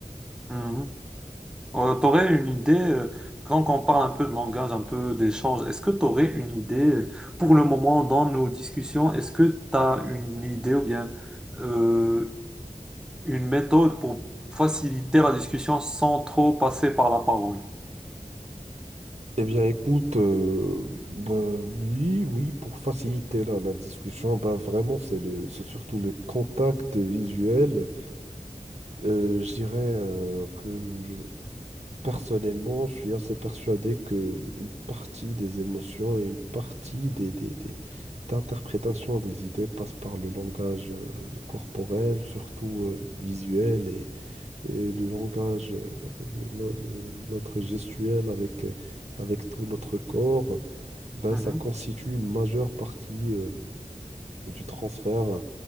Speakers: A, in the centre; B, on the right.
A: Mmh. Euh, t'aurais une idée, euh, quand on parle un peu de langage, un peu d'échange, est-ce que t'aurais une idée, euh, pour le moment, dans nos discussions, est-ce que t'as une idée ou bien euh, une méthode pour faciliter la discussion sans trop passer par la parole?
B: Eh bien, écoute, euh, ben, oui, oui, pour faciliter la, la discussion, ben, vraiment, c'est le, c'est surtout le contact visuel. Euh, je dirais euh, que je- Personnellement, je suis assez persuadé que une partie des émotions et une partie des, des, des- d'interprétation des idées passe par le langage euh, corporel, surtout euh, visuel, et, et le langage, euh, de no- de notre gestuel avec, euh, avec tout notre corps, ben,
A: Mhm,
B: ça constitue une majeure partie euh, du transfert